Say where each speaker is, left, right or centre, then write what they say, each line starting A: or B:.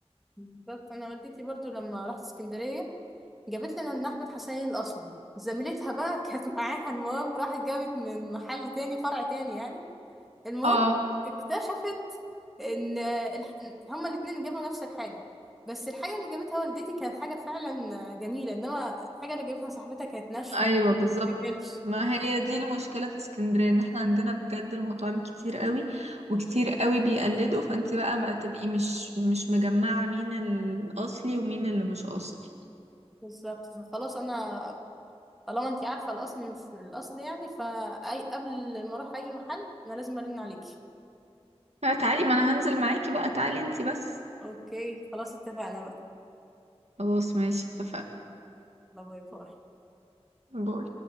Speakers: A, in the centre; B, on the right.
A: بالظبط انا والدتي برضو لما رحت اسكندريه جابت لنا ان احمد حسنين الاصلي زميلتها بقى <laughs> كانت معاها المهم راحت جابت من محل تاني فرع تاني يعني المهم
B: اه
A: اكتشفت ان الح- هما الاتنين جابوا نفس الحاجه بس الحاجه اللي جابتها والدتي كانت حاجه فعلا جميله انما الحاجه اللي جابتها صاحبتها كانت ناشفه
B: ايوه
A: <laughs> ما
B: بالظبط
A: بتتاكلش
B: ما هي دي المشكله في اسكندريه ان احنا عندنا بجد المطاعم كتير قوي وكتير قوي بيقلدوا فانت بقى ما تبقي مش مش مجمعه مين الاصلي ومين اللي مش اصلي
A: بالظبط فخلاص انا طالما انت عارفه الاصل مش الاصل يعني فاي قبل ما اروح اي محل انا لازم ارن عليكي
B: لا تعالي ما انا هنزل معاكي بقى تعالي انتي بس
A: اوكي خلاص اتفقنا بقى
B: خلاص ماشي اتفقنا
A: يلا باي باي
B: باي.